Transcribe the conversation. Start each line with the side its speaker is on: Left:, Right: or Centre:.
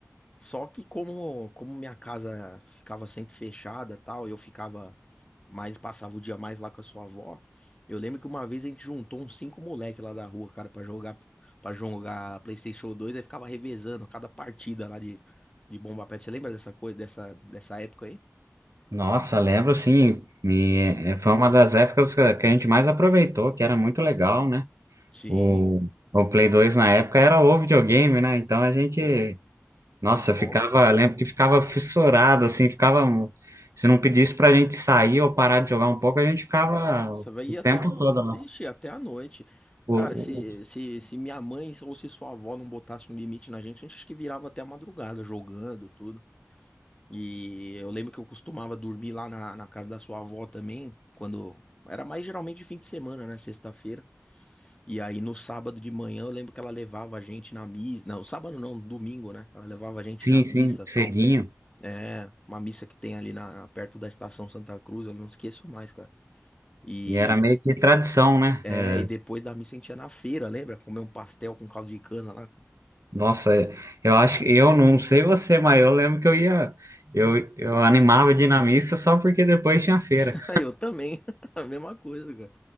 Left: Só que como, como minha casa ficava sempre fechada, tal, eu ficava mais passava o dia mais lá com a sua avó. Eu lembro que uma vez a gente juntou uns cinco moleque lá da rua, cara, pra jogar para jogar PlayStation 2, aí ficava revezando cada partida lá de de Bomba Pet. Você lembra dessa coisa, dessa dessa época aí?
Right: Nossa, lembro sim, e, eh, foi uma das épocas que a que a gente mais aproveitou, que era muito legal, né?
Left: Sim,
Right: O, o Play 2 na época era o videogame, né? Então a gente
Left: pô,
Right: Nossa,
Left: era top,
Right: eu ficava, eu lembro que ficava fissurado, assim, ficava. Se não pedisse pra gente sair ou parar de jogar um pouco, a gente ficava
Left: Nossa, vai ir
Right: o
Left: até
Right: tempo
Left: a noite.
Right: todo lá.
Left: Ixi, até a noite.
Right: O,
Left: Cara,
Right: o-
Left: se,
Right: o-
Left: se, se minha mãe ou se sua avó não botasse um limite na gente, a gente acho que virava até a madrugada jogando, tudo. E eu lembro que eu costumava dormir lá na, na casa da sua avó também, quando. Era mais geralmente de fim de semana, né? Sexta-feira. E aí no sábado de manhã eu lembro que ela levava a gente na missa. Não, sábado não, domingo, né? Ela levava a gente
Right: sim,
Left: na missa
Right: sim,
Left: e
Right: cedinho.
Left: tal. É, uma missa que tem ali na, perto da Estação Santa Cruz, eu não esqueço mais, cara. e
Right: E era meio que tradição, né?
Left: É,
Right: É.
Left: e depois da missa a gente ia na feira, lembra? Comer um pastel com caldo de cana lá.
Right: Nossa, eu acho que eu não sei você, mas eu lembro que eu ia, eu, eu animava de ir na missa só porque depois tinha feira.
Left: <laughs> cara. Eu também, <laughs> a mesma coisa, cara.